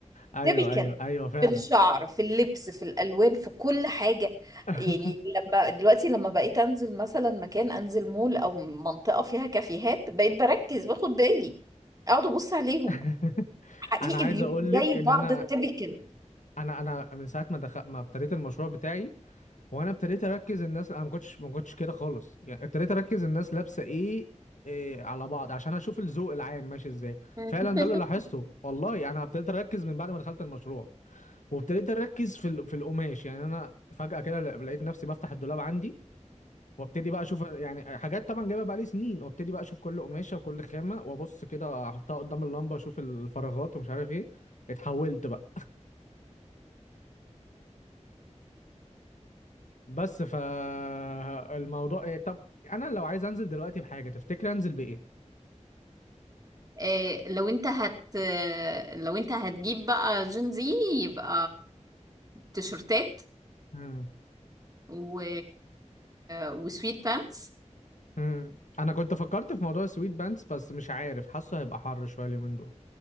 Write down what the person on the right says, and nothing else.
تيبيكال
في الشعر في اللبس في الالوان في كل حاجه
يعني لما دلوقتي لما بقيت انزل مثلا مكان انزل مول او منطقه فيها كافيهات بقيت بركز باخد بالي اقعد ابص عليهم
حقيقي
بيبقوا
زي
بعض
التيبيكال
<laughs>
إيه، لو انت هت لو انت هتجيب بقى جين زي يبقى تيشرتات
و... وسويت بانتس